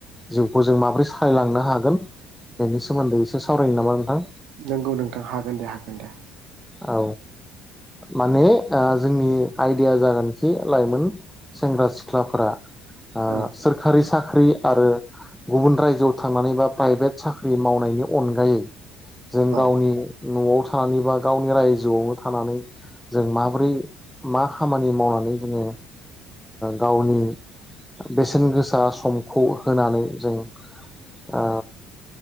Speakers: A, in the centre; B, on the right (about 70°).
A: जिउखौ जों माबोरै सालायलांनो हागोन बेनि सोमोनदै एसे सावरायनो नामा नोंथां?
B: नंगौ नोंथां हागोन दे हागोन दे
A: औ माने ओ जोंनि आयदाया जागोनखि लाइमोन सेंग्रा सिख्लाफोरा आ
B: औ
A: सोरखारि साख्रि आरो गुबुन रायजोआव थांनानै बा प्राइभेट साख्रि मावनायनि अनगायै जों
B: औ
A: गावनि न'आव थानानैबा गावनि रायजोआवनो थानानै जों माबोरै मा खामानि मावनानै जोङो गावनि बेसेन गोसा समखौ होनानै जों ओ